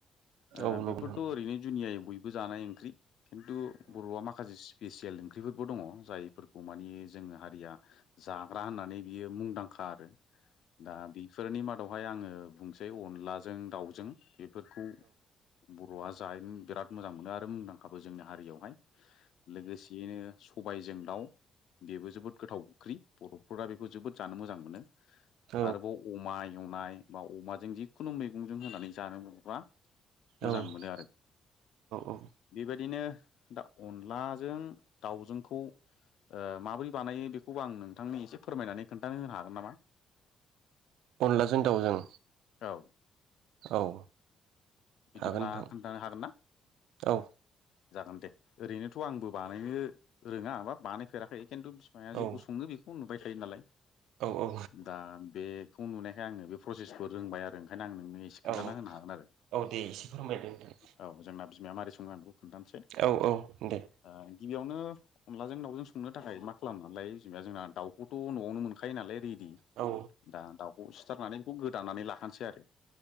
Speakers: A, on the left (about 75°); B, on the right (about 90°).
A: ओ
B: नंगौ नोंथां
A: बेफोरथ'
B: औ
A: ओरैनो जुनियै बयबो जानाय ओंख्रि खिन्थु बर'आ माखासे सि पिसियेल ओंख्रिफोरबो दङ जायफोरखौ मानि जोंनि हारिया जाग्रा होननानै बियो मुंदांखा आरो। दा बि मादावहाय आङो बुंनोसै अनलाजों दाउजों बेफोरखौ ब र'आ जानो बिराद मोजां मोनो आरो मुंदांखाबो जोंनि हारियावहाय लोगोसेयैनो सबायजों दाउ बेबो जोबोद गोथाव ओंख्रि बर'फोरा बेखौ जोबोद जानो मोजां मोनो
B: औ
A: आरोबाव अमा एवनाय बा अमाजों जिखुनु मैगंजों होनानै जानो मोनोबा मोजां
B: औ
A: मोनो आरो
B: औ
A: बेबायदिनो दा अनलाजों दाउजोंखौ ओ माबोरै बानायो बेखौबो आं नोंथांनि इसे फोरमायनानै खोन्थानो होनो हागोन नामा?
B: अनलाजों दाउजों
A: औ
B: औ।
A: बिदिब्ला
B: हागोन नोंथां
A: खोन्थानो हागोन ना?
B: औ
A: जागोन दे ओरैनोथ' आंबो बानायनो रोङा बा बानायफेराखै। खिन्थु बिमाया जेखौ
B: औ
A: संङो बेखौ नुबाय थायो नालाय
B: औ औ
A: दा बे खौ नुनायखाय आंनो बे चु एथ रोंबाय आरो ओं खायनो आं नोंनो एसे खोनन्थाना
B: औ
A: होनो हागोन आरो
B: औ दे एसे फोरमायदो नोंथां
A: औ जोंना बिमाया माबारै सङो आं बेखौ खोन्थानोसै
B: औ औ दे
A: ओ गिबियावनो अनलाजों दाउजों संनो थाखाय मा खालामना लायो जेनेबा जोंना दाउखौथ' न'आवनो मोनखायो नालाय रि दि
B: औ
A: दा दाउखौ सिथारनानै बेखौ गोदाननानै लाखानोसै आरो।